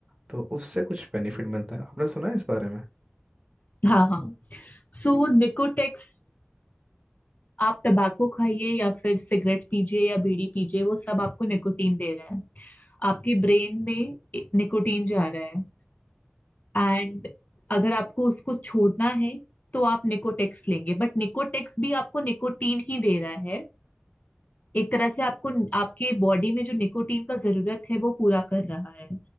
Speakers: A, on the right; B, on the left.
A: तो उससे कुछ बेनिफिट मिलता है आपने सुना है इस बारे में
B: हाँ हाँ सो निकोटेक्स आप टबाको खाइए या फिर सिगरेट पीजिए या बीड़ी पीजिए वो सब आपको निकोटीन दे रहा है आपकी ब्रेन में निकोटीन जा रहा है एंड अगर आपको उसको छोड़ना है तो आप निकोटेक्स लेंगे बट निकोटेक्स भी आपको निकोटीन ही दे रहा है एक तरह से आपको आपके बॉडी में जो निकोटीन का जरूरत है वो पूरा कर रहा है